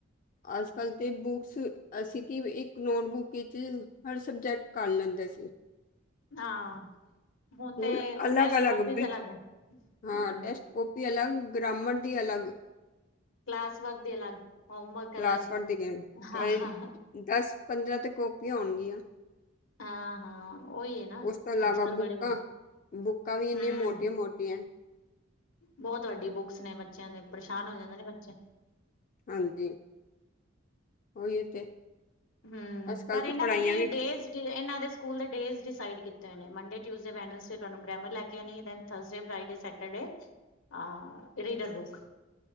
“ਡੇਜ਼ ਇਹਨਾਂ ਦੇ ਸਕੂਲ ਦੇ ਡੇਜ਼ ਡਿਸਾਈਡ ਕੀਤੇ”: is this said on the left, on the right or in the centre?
Left